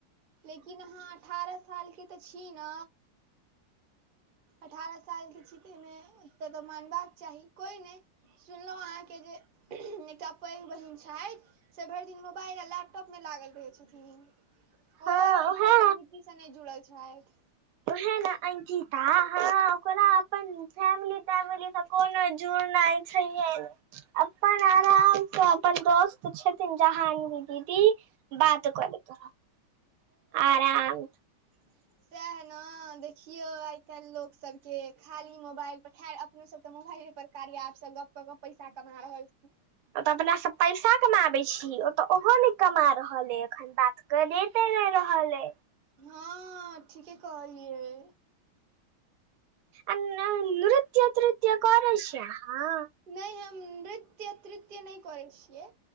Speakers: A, on the right; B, on the right.
A: लेकिन अहाँ अठारह सालके तऽ छी न? अठारह साल के छी तैइ में तब तऽ मानबाक चाही, कोइ नैय। सुनलौं अहाँ के जे एकटा पैघ बहिन छैथ से भैर दिन मोबाइल आ लैपटॉप में लागल रहैय छथिन।
B: हँ
A: ओहो
B: उहे
A: ई अपन मिट्टी स नै जुड़ल छैइथ।
B: ओहैऽ न अंकिता? हं ओकरा अपन फैमिली तैमिली स कोनो जुड़नाय छैहे ने, अपन आराम स अपन दोस्त छथिन जहानबी दीदी बात करैत रहब, आराम
A: ह <unintelligible> सैह न देखियौ आइ काल्हि लोक सबके, खाली मोबाइल पर, खैर अपनो सब तऽ मोबाइले पर र्काया ऐप स गप कऽ क पैसा कमा रहल छी।
B: ओ तऽ अपना सब पैसा कमाबै छी, ओ तऽ ओहो नै कमा रहल अइ। अखन बात क देते नैय रहल अइ।
A: हँ, ठीके कहलियै।
B: आ न-नृत्य तृत्य करै छियै अहाॅं?
A: नैय हम नृत्य तृत्य नैय करै छियै,